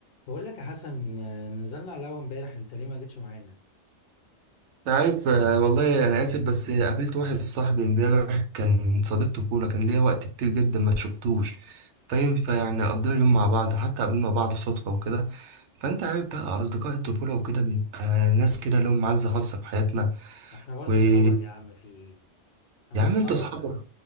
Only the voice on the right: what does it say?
أنا عارف آه، والله أنا آسف بس قابلت واحد صاحبي امبارح كان صديق طفولة كان ليا وقت كتير جدا ما شفتوش فاهم فيعني قضينا يوم مع بعض حتى قابلنا بعض صدفة وكده فأنت عارف بقى أصدقاء الطفولة وكده بيبقى ناس كده لهم معزة خاصة في حياتنا
ويا
عم
أنت أصحاب